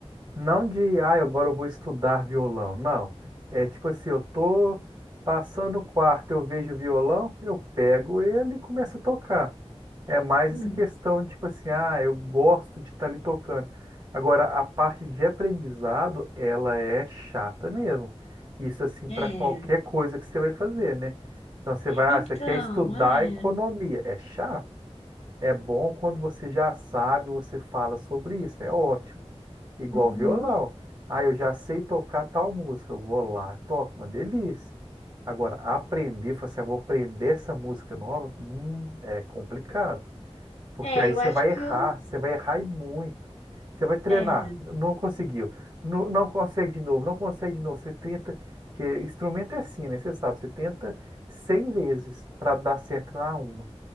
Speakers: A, on the right (about 40°); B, on the left (about 80°).
A: não de, ah, agora eu vou estudar violão, não. É tipo assim, eu tô passando o quarto, eu vejo o violão, eu pego ele e começo a tocar. É mais
B: Hum,
A: essa questão, tipo assim, ah, eu gosto de estar ali tocando. Agora, a parte de aprendizado, ela é chata mesmo. Isso, assim,
B: É,
A: para qualquer coisa que você vai fazer, né? Então, você vai,
B: então,
A: ah, você quer estudar
B: é.
A: economia. É chato. É bom quando você já sabe, você fala sobre isso. É ótimo. Igual
B: Uhum.
A: violão. Ah, eu já sei tocar tal música. Eu vou lá, toco, uma delícia. Agora, aprender, falar assim, ah, vou aprender essa música nova, hum, é complicado. Porque
B: É,
A: aí
B: eu
A: você
B: acho
A: vai
B: que
A: errar,
B: eu.
A: você vai errar e muito. Você vai treinar,
B: É.
A: não conseguiu, não, não consegue de novo, não consegue de novo. Você tenta, porque instrumento é assim, né? Você sabe, você tenta 100 vezes para dar certo na uma.